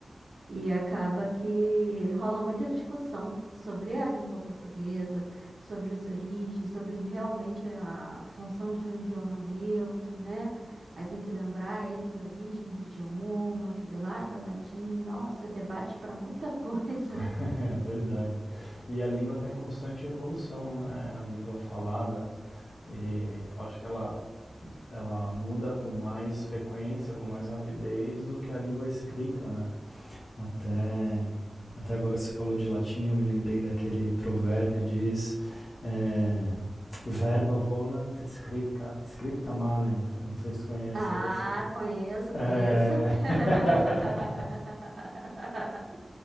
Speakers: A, on the right; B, on the left.
A: E acaba que rola muita discussão sobre a língua portuguesa, sobre as origens, sobre realmente a função de um idioma neutro, né? Aí tem que lembrar eles a origem do idioma, que veio lá do latim. Nossa, é debate para muita coisa.
B: <laughs>
A: <laughs>
B: É verdade. E a língua está em constante evolução, né? A língua falada, e eu acho que ela, ela muda com mais frequência, com mais rapidez do que a língua escrita, né? Até, até agora você falou de latim, eu me lembrei daquele provérbio que diz é, verba volant, scripta, scripta manent. Não sei se tu conhece
A: Ah,
B: esse.
A: conheço,
B: É...
A: conheço. <laughs>
B: <laughs>